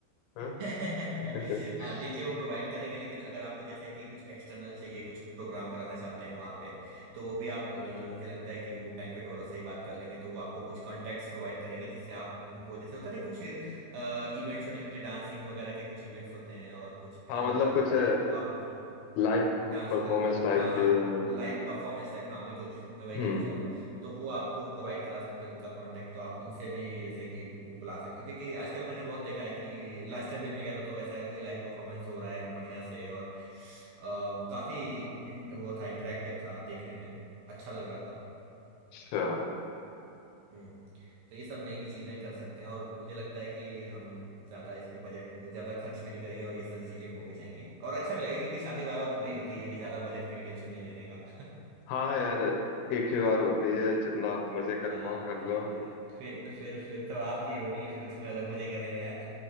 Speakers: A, on the left (about 85°); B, on the right (about 65°).
A: हाँ
B: <laughs>
A: <laughs>
B: हाँ डीजे वो प्रोवाइड करेंगे लेकिन अगर आपको जैसे कि कुछ एक्सटर्नल चाहिए कुछ प्रोग्राम कराना चाहते हैं वहाँ पे तो वो भी आप अ, मुझे लगता है कि वो बैंक्वेट वालों से ही बात कर लेंगे तो वो आपको कुछ कॉन्टेक्ट्स प्रोवाइड करेंगे जिससे आप उनको जैसे होता है ना कुछ इवेंट छोटे छोटे डांसिंग वगैरह के कुछ इवेंट्स होते हैं और कुछ अलग
A: हाँ, मतलब
B: अलग
A: कुछ
B: तो वो आप
A: लाइव
B: डांस
A: परफॉर्मेंस
B: वगैरह का
A: टाइप
B: हाँ हाँ
A: के अ,
B: लाइव परफॉर्मेंस टाइप हाँ बिल्कुल मैं वही
A: हम्म
B: कहना चाह रहा हूँ तो वो आपको प्रोवाइड करा सकते हैं उनका कांटेक्ट तो आप उनसे भी जैसे कि बुला सकते हो क्योंकि आजकल मैंने बहुत देखा है कि लास्ट टाइम भी मैं गया था तो ऐसा है कोई लाइव परफॉर्मेंस हो रहा है बढ़िया से और अ, वो काफी इन- वो था इंटरेक्टिव था देखने में अच्छा लग रहा था
A: अच्छा
B: हम्म तो ये सब नई नई चीजें कर सकते हैं और मुझे लगता है कि हम ज्यादा इस पे बजट ज्यादा खर्च भी नहीं करेंगे और ये सारी चीजें हो भी जाएंगी और अच्छा भी लगेगा क्योंकि शादी वाह वाह थोड़ी होती है अभी ज्यादा बजट की भी टेंशन नहीं लेने का
A: हाँ यार एक ही बार होती है जितना मजे
B: <laughs>
A: कर
B: हाँ
A: पाओ कर लो <laughs>
B: फिर फिर फिर तो आपकी होनी है फिर उसमें अलग मजे करेंगे हैं?